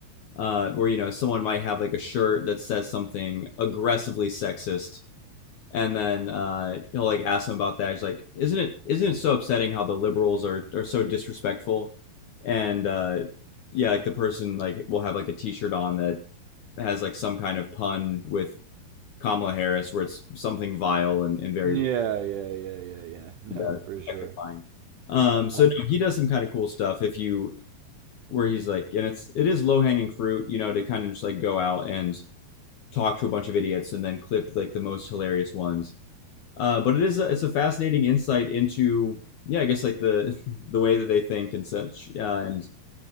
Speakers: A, on the left; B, on the right.
A: uh, where you know someone might have like a shirt that says something aggressively sexist, and then uh, he'll like ask them about that. He's like, "Isn't it isn't it so upsetting how the liberals are are so disrespectful?" And uh, yeah, like the person like will have like a T-shirt on that has like some kind of pun with Kamala Harris, where it's something vile and, and very
B: Yeah, yeah, yeah, yeah, yeah. <laughs> No,
A: and, uh,
B: for
A: objectifying.
B: sure.
A: Um, so
B: Uh,
A: no, he does some kind of cool stuff if you where he's like, and it's it is low hanging fruit, you know, to kind of just like go out and talk to a bunch of idiots and then clip like the most hilarious ones. Uh, but it is a, it's a fascinating insight into yeah, I guess like the <laughs> the way that they think and such, uh, and